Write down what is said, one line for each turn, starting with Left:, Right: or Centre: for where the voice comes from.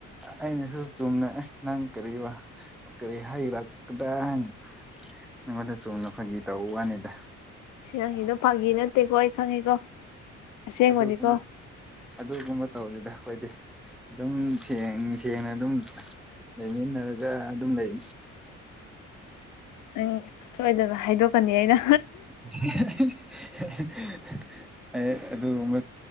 Centre: ꯑꯩꯅꯁꯨ ꯆꯨꯝꯅ ꯅꯪ ꯀꯔꯤꯋꯥ ꯀꯔꯤ ꯍꯩꯔꯛꯀꯗ꯭ꯔꯥ ꯍꯥꯏꯅꯥ ꯅꯪꯉꯣꯟꯗ ꯆꯨꯝꯅ ꯐꯒꯤ ꯇꯧ ꯋꯥꯅꯤꯗ
Left: ꯁꯤ ꯅꯪꯒꯤꯗꯣ ꯐꯥꯒꯤ ꯅꯠꯇꯦꯀꯣ ꯑꯩ ꯈꯪꯉꯦꯀꯣ ꯑꯁꯦꯡꯕꯅꯤꯀꯣ
Centre: ꯑꯗꯨꯒꯨꯝꯕ ꯑꯗꯨꯒꯨꯝꯕ ꯇꯧꯗꯦꯗ ꯑꯩꯈꯣꯏꯗꯤ ꯑꯗꯨꯝ ꯁꯦꯡ ꯁꯦꯡꯅ ꯑꯗꯨꯝ ꯂꯩꯃꯤꯟꯅꯔꯒ ꯑꯗꯨꯝ ꯂꯩ
Left: ꯅꯪ ꯁꯣꯏꯗꯅ ꯍꯥꯏꯗꯣꯛꯀꯅꯤ ꯑꯩꯅ
Centre: <inaudible> ꯑꯩ ꯑꯗꯨꯒꯨꯝꯕ